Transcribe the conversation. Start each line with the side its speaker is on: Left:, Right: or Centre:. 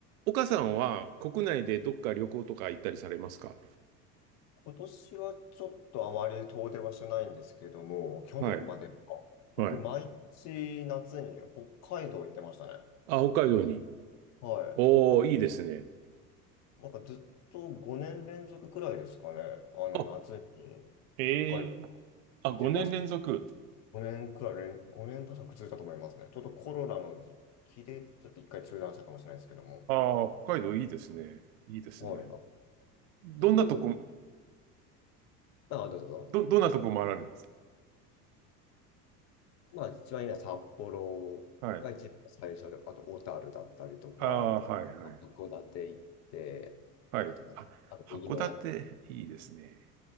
Right: 岡さんは国内でどっか旅行とか行ったりされますか
Left: 今年はちょっとあまり遠出はしてないんですけども、去年までか、
Right: はい。はい。
Left: 僕、毎年夏に北海道行ってましたね。
Right: あ、北海道に。
Left: はい。
Right: おー、
Left: なんか、
Right: いいですね。
Left: なんかずっと5年連続くらいですかね。あの、
Right: あ、
Left: 夏に北海道行っ
Right: ええあ、5年連続。
Left: てました。5年くらい連、5年確か続いたと思いますね。ちょっとコロナの時期で、ちょっと一回中断したかもしれないですけども。
Right: ああ、北海道いいですね。いいですね。
Left: はい。あ
Right: どんなとこ、
Left: 北海道、
Right: ん
Left: あ、どうぞどうぞ。
Right: ど、どんなとこ回られるんです
Left: まあ、一番いいのは札幌が一番最初で、
Right: かはい。
Left: あと小樽だったりとか、
Right: ああ、はい、はい。
Left: まあ函館行って、
Right: はい。
Left: あとな、
Right: あ、
Left: あと右の
Right: 函館いいですね。